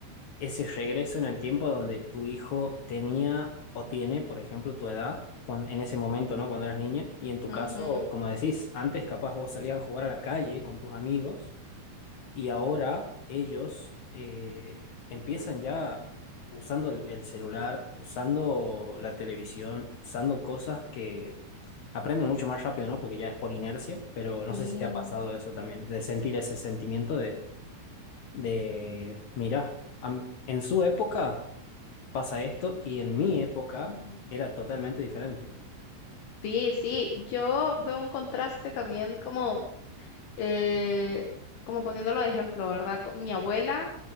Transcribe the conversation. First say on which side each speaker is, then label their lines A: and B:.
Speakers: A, on the left; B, on the left.
A: ese regreso en el tiempo donde tu hijo tenía o tiene, por ejemplo, tu edad cuan- en ese momento, ¿no? Cuando eras niña. Y en tu
B: ujú,
A: caso, como decís, antes capaz vos salías a jugar a la calle con tus amigos y ahora ellos eh, empiezan ya usando el, el celular, usando la televisión, usando cosas que aprenden mucho más rápido, ¿no? Porque ya es por inercia, pero no
B: Sí.
A: sé si te ha pasado eso también, de sentir ese sentimiento de, de mira, a m- en su época pasa esto y en mi época
B: ujú.
A: era totalmente diferente.
B: Sí, sí, yo veo un contraste también como eh, como poniéndolo de ejemplo, ¿verdad? Con mi abuela